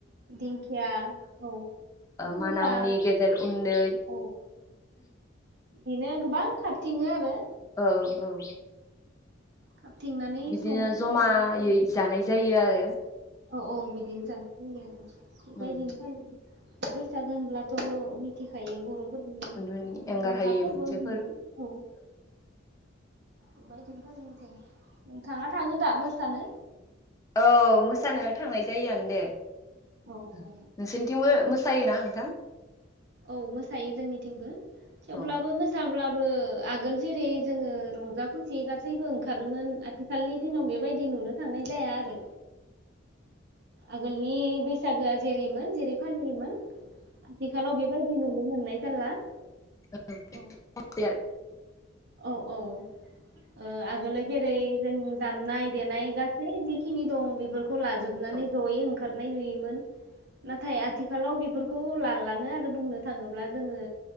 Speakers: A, on the right; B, on the left.
A: दिंखिया औ फुंखा
B: माना मुनि गेदेर उन्दै
A: औ बिदिनो गोबां खाबथिङो आरो
B: औ औ
A: खाबथिंनानै
B: बिदिनो
A: सङो
B: जमायै
A: संनानै
B: जानाय जायो आरो।
A: औ औ बिदिनो जाग <unintelligible> आरो बेबायदिनो
B: उम
A: फालि बैसागो होनब्लाथ' मिथिखायो बर'फोरनि
B: उम
A: मुंदांखा
B: एंगार हायि
A: फोरबो
B: मोनसे
A: होनो औ बेबायदिनो नोंथाङा थाङो दा मोसानो?
B: औ मोसानो थांनाय जायोआनो दे।
A: औ
B: नोंसोरनिथिंबो
A: औ
B: मोसायोना दा
A: औ मोसायो जोंनिथिंबो थेवब्लाबो
B: अ औ
A: मोसाब्ला आगोल जेरै जोङो रंजा खुसि गैबो ओंखारोमोन आथिखालनि दिनाव बेबायदि नुनो थांनाय ज आरो आगनि बैसागोआ जेरै जेरै फालियोमोन। आथिखालाव बेबायदि नुनो मोननाय जाला।
B: <unintelligible>
A: औ औ औ ओ आगोल जेरै जों दामनाय देनाय गासैबो जिखिनि दं बे खौ लाजोबनानै
B: औ
A: जयै ओंखारनाय नुयोमोन नाथाय आथिखालाव बेफोरखौ लालानो आरो बुंनो थाङोब्ला जोङो।